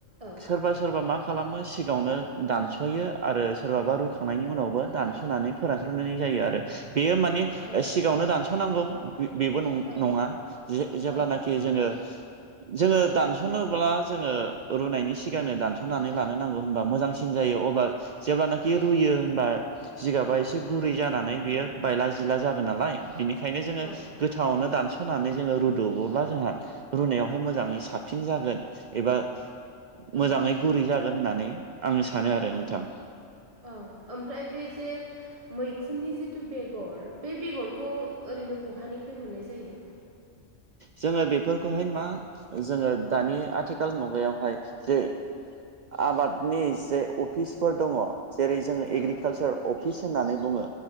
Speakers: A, on the right; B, on the right.
A: औ
B: सोरबा सोरबा मा खाला खालामो सिगाङावनो दानस'यो आरो सोरबाबा रुखांनायनि उनावबो दानस'नानै फोरानस्र'नायजों जायो आरो बेयो माने
A: औ
B: सिगाङावनो दानस'नांगौ बेबो नङा
A: औ
B: जेब्लानाखि
A: औ
B: जोङो जोङो दानस'नोब्ला जोङो रुनायनि सिगांनो दानस'नानै लानो नांगौ होनबा मोजांसि न जायो अब्ला जेब्लानाखि रुयो होनबा जिगाबा एसे गुरै जानानै बियो बायला जिला जागोन नालाय बिनिखायनो जोङो
A: औ
B: गोथांयावनो दानस'नानै जोङो रुद'बोब्ला जोंहा रुनायाव बेहाय मोजाङै साबसिन जागोन एबा मोजाङै
A: औ
B: गुरै जागोन होननानै आं सानो आरो नोंथां
A: औ ओमफ्राय बे जे मैखुननि जिथु बेगर बे बेगरखौ ओरैनो बहानिफ्राय मोननाय जायो
B: जोङो बेफोरखौहाय मा जोङो दानि आथिखाल मुगायावहाय जे आबादनि जे अफिसफोर दङ जेरै जोङो
A: औ
B: एग्रिकालसार अफिस होननानै बुङो